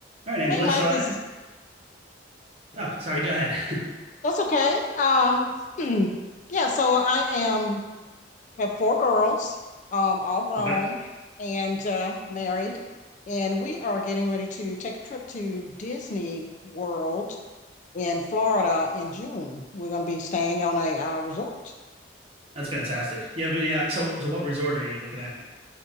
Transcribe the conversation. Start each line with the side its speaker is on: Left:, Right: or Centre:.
Right: All right, Angela.
Left: Hey, Mike,
Right: So
Left: this
Right: I,
Left: is
Right: oh, sorry, go ahead. <laughs>
Left: that's okay. Um, <clears throat> yeah, so I am have four girls, um, all grown
Right: Okay.
Left: and uh, married, and we are getting ready to take a trip to Disney World in Florida in June. We're going to be staying on a uh, resort.
Right: That's fantastic. You have any, uh, so, so what resort are you looking at?